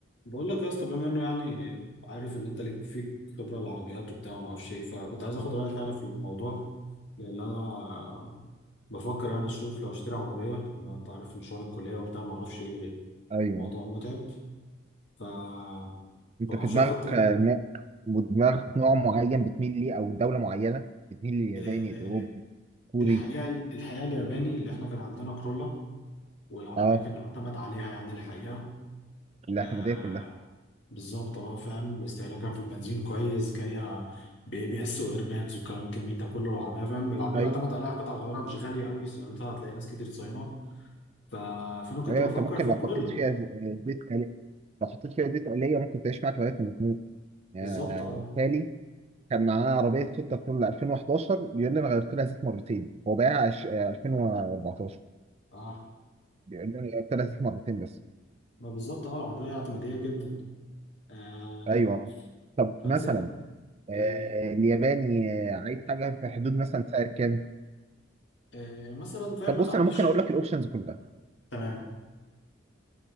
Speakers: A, on the left; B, on the right.
A: بقول لك يا اسطى بما انه يعني عارف ان انت ليك فيك خبره العربيات وبتاع وما اعرفش ايه فكنت عايز اخد رايك يعني في الموضوع لان انا بفكر يعني اشوف لو اشتري عربيه لان انت عارف مشوار الكليه وبتاع ما اعرفش ايه
B: ايوه
A: الموضوع متعب ف ما
B: انت
A: اعرفش
B: في دماغك
A: لو خدت بقى
B: آه، نوع ودماغك نوع معين بتميل ليه او دوله معينه بتميل للياباني
A: إيه،
B: الاوروبي الكوري
A: الحقيقه الحقيقه الياباني اللي احنا كان عندنا كرولا والعربيه
B: اه
A: كان يعتمد عليها يعني الحقيقه
B: الاعتماديه
A: آه،
B: كلها
A: بالظبط اه فاهم استهلاكها في البنزين كويس جايه باي بي اس واير باجز والكلام الجميل ده كله العربيه فاهم العربيه
B: ايوه
A: يعتمد عليها قطع غيارها مش غاليه قوي صيانتها هتلاقي ناس كتير صاينه ف... فانا كنت
B: ايوه
A: بفكر
B: انت ممكن
A: في الكورولا
B: لو حطيت فيها ز- آه، زيت آلي- لو حطيت فيها زيت آلية ممكن تعيش معاك لغايه ما تموت آه،
A: بالظبط اه
B: تالي كان معاه عربيه تويوتا كرولا 2011 بيقول لي انا غيرت لها زيت مرتين هو بايعها عش- آه، 2014
A: اه
B: بيقول لي انا غيرت لها زيت مرتين بس
A: ما بالظبط اه العربيه اعتماديه جدا آه
B: ايوه طب
A: فزي
B: مثلا آه،
A: إيه.
B: الياباني آه، عايز حاجه في حدود مثلا سعر كام
A: إيه مثلا فاهم
B: طب
A: ما
B: بص
A: تعديش
B: انا ممكن اقول لك الاوبشنز كلها
A: تمام